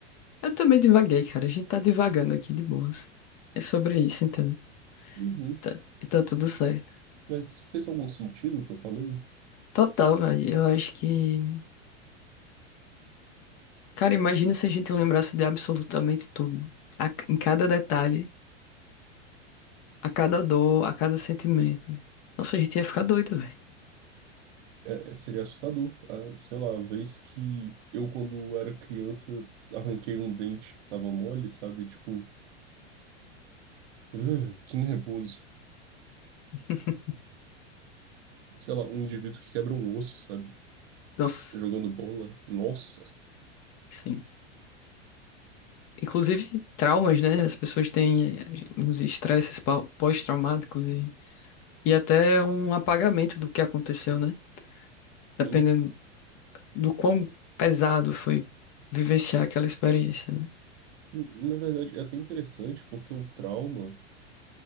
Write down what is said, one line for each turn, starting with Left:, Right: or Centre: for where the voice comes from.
Left: eu também divaguei, cara. A gente tá divagando aqui de boas. É sobre isso, entendeu?
Right: Uhum.
Left: Tá- e tá tudo certo.
Right: Mas fez algum sentido o que eu falei?
Left: Total, velho. Eu acho que. Cara, imagina se a gente lembrasse de absolutamente tudo. A- em cada detalhe, a cada dor, a cada sentimento. Nossa, a gente ia ficar doido, velho.
Right: É, é, seria assustador. Ah, sei lá, a vez que eu, quando era criança, arranquei um dente que tava mole, sabe? Tipo, "Ugh, que nervoso.
Left: <laughs>
Right: Sei lá, um indivíduo que quebra um osso, sabe?
Left: Nossa,
Right: jogando bola. Nossa,
Left: sim. Inclusive traumas, né? As pessoas têm uns estresses pau- pós-traumáticos e, e até um apagamento do que aconteceu, né? Dependendo
Right: sim.
Left: do quão pesado foi vivenciar aquela experiência, né?
Right: Na verdade, é até interessante porque o trauma,